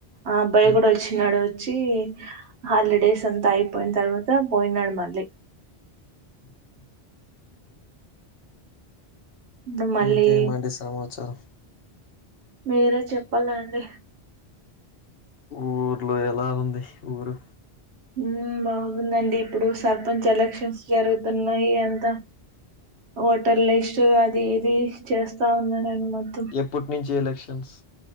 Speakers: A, on the right; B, on the left.
A: ఆబయ్
B: ఉం,
A: కూడా వచ్చి చినాడు వచ్చి హాలిడేస్ అంతా అయిపోయిన తర్వాత పోయినాడు మళ్ళీ
B: ఉహు
A: ఇప్పుడు మళ్ళీ
B: ఇంకేమండి సమాచారం
A: మీరే చెప్పాలండి
B: ఊర్లో ఎలా ఉంది ఊరు
A: ఊ బాగుందండి ఇప్పుడు సర్పంచ్ ఎలక్షన్స్ జరుగుతున్నాయి అంతా ఓటర్ లిస్ట్ అది ఏది చేస్తా ఉన్నరండి మొత్తం
B: ఎప్పటి నుంచి ఎలక్షన్స్